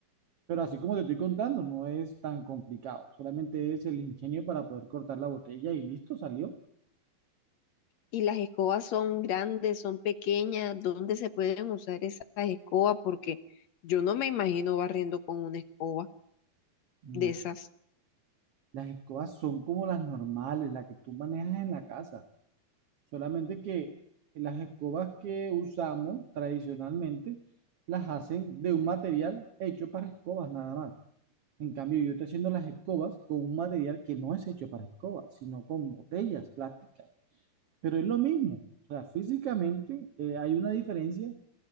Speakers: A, on the right; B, on the left.
A: Pero así como te estoy contando, no es tan complicado. Solamente es el ingenio para poder cortar la botella y listo, salió.
B: ¿Y las escobas son grandes, son pequeñas? ¿Dónde se pueden usar esas escobas? Porque yo no me imagino barriendo con una escoba
A: No
B: de esas.
A: Las escobas son como las normales, las que tú manejas en la casa. Solamente que las escobas que usamos tradicionalmente las hacen de un material hecho para escobas nada más. En cambio, yo estoy haciendo las escobas con un material que no es hecho para escobas, sino con botellas plásticas. Pero es lo mismo. O sea, físicamente eh, hay una diferencia,